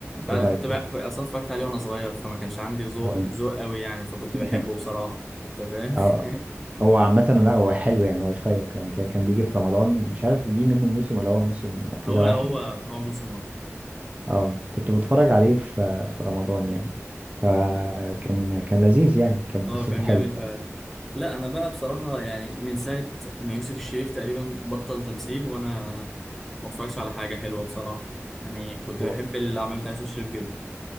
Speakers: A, in the centre; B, on the right (about 30°).
A: انا
B: ايه رأيك
A: كنت
B: فيه؟
A: بقى كنت اصلا اتفرجت عليه وانا صغير فما كانش عندي ذوق
B: اه
A: ذوق قوي يعني فكنت
B: <laughs>
A: بحبه بصراحه انت فاهم
B: اه
A: <laughs>
B: هو عامة لا هو حلو يعني هو شيق يعني كان كان بيجي في رمضان مش عارف جه منه موسم ولا هو موسم كذا
A: هو
B: واحد
A: هو هو موسم واحد
B: اه كنت بتفرج عليه في في رمضان يعني فكان كان لذيذ يعني كان قصته
A: اه كان
B: حلوة
A: جميل فعلا لا انا بقى بصراحه يعني من ساعه ما يوسف الشريف تقريبا بطل تمثيل وانا ما اتفرجش على حاجه حلوه بصراحه يعني كنت
B: هو
A: بحب الاعمال بتاع يوسف الشريف جدا